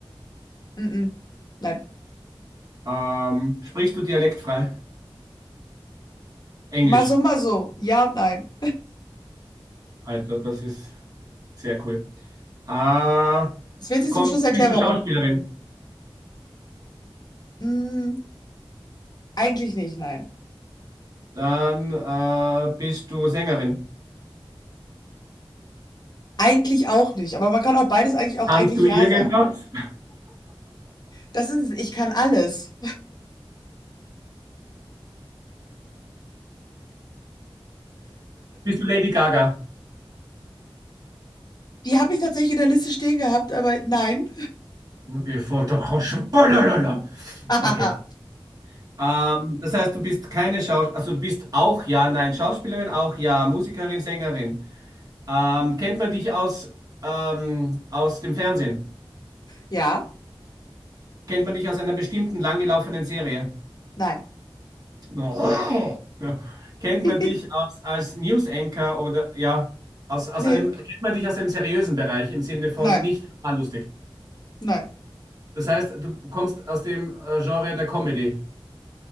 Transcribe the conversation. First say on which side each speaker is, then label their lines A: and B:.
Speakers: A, on the left; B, on the right.
A: Mm-mm. Nein.
B: Ähm, sprichst du dialektfrei? Englisch.
A: Mal so, mal so. Ja und nein.
B: Alter, das ist. Sehr cool. Äh,
A: Es wird sich
B: kommst,
A: zum Schluss erklären,
B: bist du
A: warum.
B: Schauspielerin?
A: Mm, eigentlich nicht, nein.
B: Dann äh, bist du Sängerin.
A: Eigentlich auch nicht. Aber man kann auch beides eigentlich auch
B: Kannst
A: eigentlich
B: du
A: ja
B: irgendwas?
A: sagen. Das ist, ich kann alles.
B: <laughs> Bist du Lady Gaga?
A: Die habe ich tatsächlich in der Liste stehen gehabt, aber nein.
B: Okay, voll doch. Balalala.
A: <laughs>
B: Okay. Ähm, das heißt, du bist keine Schauspielerin, also du bist auch ja, nein, Schauspielerin, auch ja, Musikerin, Sängerin. Ähm, kennt man dich aus, ähm, aus dem Fernsehen?
A: Ja,
B: Kennt man dich aus einer bestimmten langgelaufenen Serie?
A: nein.
B: <laughs> Oh. Ja. Kennt
A: <laughs>
B: man dich als, als News Anchor oder ja, aus, aus
A: Nee,
B: einem, kennt man dich aus einem seriösen Bereich im Sinne von
A: nein,
B: nicht mal lustig.
A: nein.
B: Das heißt, du kommst aus dem äh, Genre der Comedy.